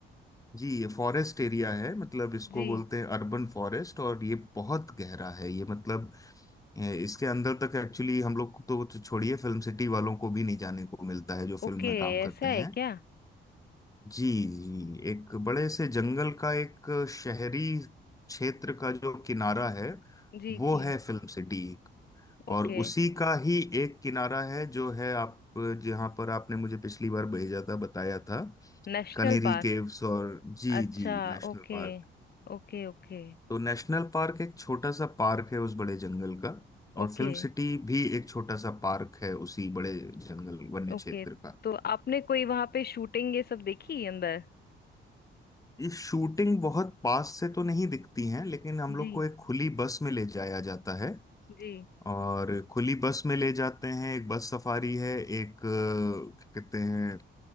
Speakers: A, on the left; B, on the left.
A: जी ये फॉरेस्ट एरिया है मतलब इसको
B: जी
A: बोलते हैं अर्बन फॉरेस्ट और ये बहुत गहरा है ये मतलब ए, इसके अंदर तक एक्चुअली हम लोग को तो छोड़िए फिल्म सिटी वालों को भी नहीं जाने को मिलता है जो फिल्म
B: ओके
A: में काम करते
B: ऐसा
A: हैं
B: है क्या
A: जी जी, एक बड़े से जंगल का एक शहरी क्षेत्र का जो किनारा है
B: जी
A: वो
B: जी
A: है फिल्म सिटी
B: ओके
A: और उसी का ही एक किनारा है जो है आप जहाँ पर आपने मुझे पिछली बार भेजा था बताया था
B: National
A: कनेरी
B: park
A: केव्स और जी
B: अच्छा
A: जी नेशनल
B: okay
A: पार्क
B: okay Okay
A: तो नेशनल पार्क एक छोटा सा पार्क है उस बड़े जंगल का और
B: Okay
A: फिल्म सिटी भी एक छोटा सा पार्क है उसी बड़े जंगल वन्य
B: Okay
A: क्षेत्र का
B: तो आपने कोई वहां पे शूटिंग ये सब देखी अंदर
A: ये शूटिंग बहुत पास से तो नहीं दिखती हैं लेकिन हम
B: जी
A: लोग को एक खुली बस में ले जाया जाता है
B: जी
A: और खुली बस में ले जाते हैं एक बस सफारी है एक अ, क्या कहते हैं